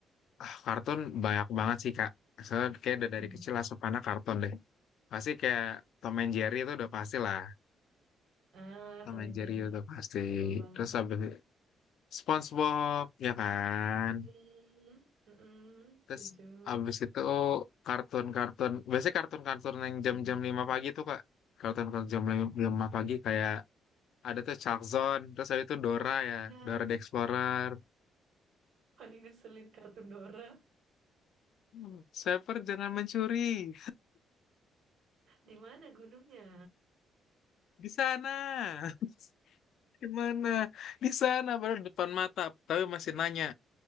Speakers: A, on the left; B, on the right.
A: ah, kartun banyak banget sih Kak. Soalnya kayak udah dari
B: Mm.
A: kecil asupannya kartun deh. Pasti kayak Tom and Jerry itu udah pasti lah.
B: Ah,
A: Tom
B: Tom
A: and
B: and
A: Jerry
B: Jerry.
A: itu pasti.
B: Seru banget.
A: Terus abis SpongeBob ya kan.
B: Mm-mm. Mm-mm.
A: Terus
B: Setuju.
A: abis itu kartun-kartun. Biasanya kartun-kartun yang jam-jam
B: Mm-mm.
A: 5 pagi tuh Kak. Kartun-kartun jam 5 pagi kayak ada tuh Chuck Zone, terus ada itu Dora ya,
B: Iya,
A: Dora the Explorer.
B: paling ngeselin kartun Dora.
A: Hmm. Shepard jangan mencuri
B: Di mana gunungnya?
A: di sana. <laughs> Gimana? Di sana baru depan mata, tapi masih nanya.